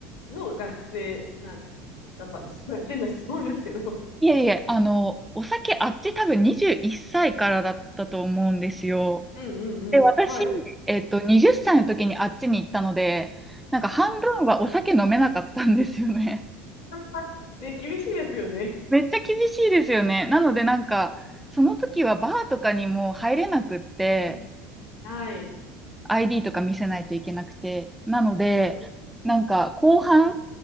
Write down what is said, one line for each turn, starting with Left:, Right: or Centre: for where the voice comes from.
Left: の学生な、だったんです。<laughs> 変な質問ですけど。
Centre: いえいえ、あの、お酒あっち多分21歳からだったと思うんですよ。
Left: うんうんうん。
Centre: で、私、
Left: はい。
Centre: えっと、20歳の時にあっちに行ったので、なんか半分はお酒飲めなかったんですよね。
Left: <laughs> ね、厳しいですよね。
Centre: めっちゃ厳しいですよね。なのでなんか、その時はバーとかにも入れなくって、
Left: うん。はい。
Centre: ID とか見せないといけなくて。なので、
Left: うん。
Centre: なんか後半、